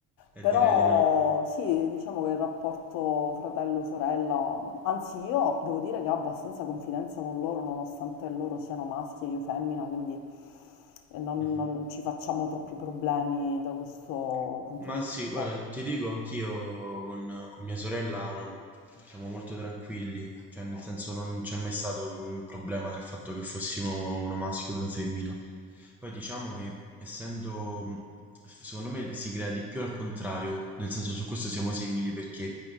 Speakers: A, on the left; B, in the centre.
A: Però
B: E direi di no.
A: sì, diciamo che il rapporto fratello-sorella, anzi io devo dire che ho abbastanza confidenza con loro nonostante loro siano maschi e io femmina, quindi eh, non,
B: Mhm.
A: non ci facciamo troppi problemi da questo punto
B: Ma
A: di
B: sì,
A: vista.
B: guarda, ti dico anch'io con, con mia sorella no, siamo molto tranquilli, cioè nel senso non c'è mai stato un problema nel fatto che fossimo uno maschio e una femmina. Poi diciamo che essendo, mh, secondo me si crea di più al contrario, nel senso su questo siamo simili perché